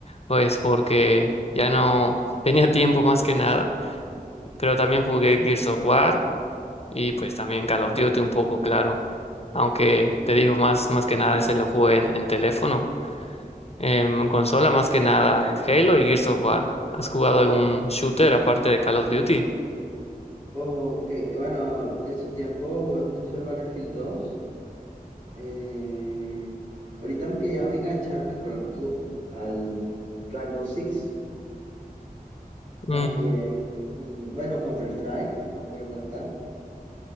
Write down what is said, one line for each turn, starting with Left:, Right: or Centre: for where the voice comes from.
Left: pues porque ya no tenía tiempo más que nada pero también jugué Gears of War y pues también Call of Duty un poco, claro. Aunque te digo, más, más que nada ese lo jugué en, en teléfono. Em, En, consola, más que nada es Halo y Gears of War. ¿Has jugado algún shooter aparte de Call of Duty?
Right: Ok, bueno, en su tiempo jugué mucho el Battlefield 2. eh, ahorita me quería engancharme, pero no me gusta, al Rainbow Six. También,
Left: Mm,
Right: mm, bueno, Counter-Strike, no puede faltar.